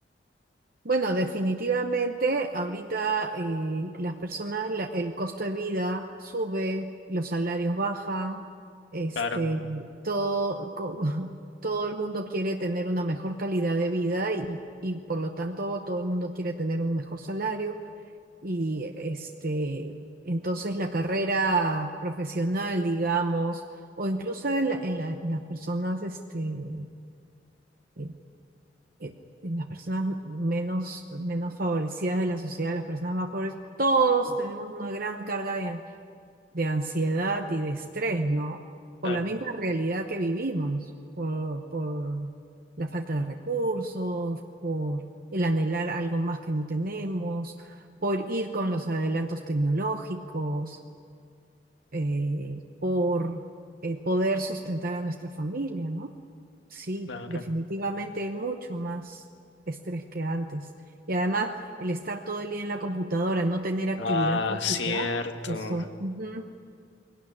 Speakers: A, on the right (about 55°); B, on the left (about 85°).
A: Bueno, definitivamente ahorita eh, las personas, la- el costo de vida sube, los salarios bajan, este,
B: Claro,
A: todo, co- <laughs> todo el mundo quiere tener una mejor calidad de vida y, y por lo tanto todo el mundo quiere tener un mejor salario. Y este, entonces la carrera profesional, digamos, o incluso en, la- en la- en las personas, este, eh, eh, en las personas menos, menos favorecidas de la sociedad, las personas más pobres, todos tenemos una gran carga de ansiedad y de estrés, ¿no? Por
B: claro,
A: la misma realidad que vivimos, por, por la falta de recursos, por el anhelar algo más que no tenemos, por ir con los adelantos tecnológicos, eh, por eh, poder sustentar a nuestra familia, ¿no? Sí,
B: claro.
A: definitivamente hay mucho más estrés que antes. Y además, el estar todo el día en la computadora, no tener actividad
B: Ah,
A: física,
B: cierto.
A: eso. ujú.